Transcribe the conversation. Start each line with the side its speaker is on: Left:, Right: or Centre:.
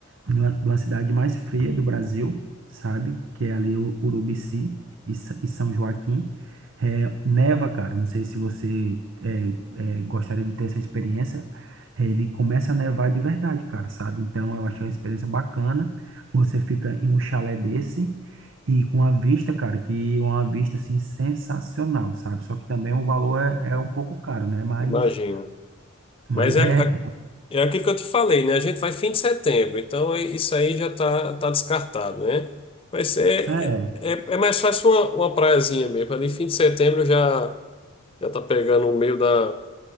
Right: numa- de uma cidade mais fria do Brasil, sabe? Que é ali o Urubici e, Sa- e São Joaquim. É, neva, cara. Não sei se você é, é, gostaria de ter essa experiência. É, Ele começa a nevar de verdade, cara, sabe? Então eu achei uma experiência bacana. Você fica em um chalé desse e com a vista, cara, que é uma vista assim sensacional, sabe? Só que também o valor é, é um pouco caro, né? Mas,
Left: imagina.
Right: mas
Left: Mas é,
Right: é,
Left: É aquilo que eu te falei, né? A gente vai fim de setembro, então é- isso aí já tá, tá descartado, né? Mas é,
Right: é,
Left: é, é é mais fácil uma, uma praiazinha mesmo. Ali fim de setembro já, já tá pegando o meio da,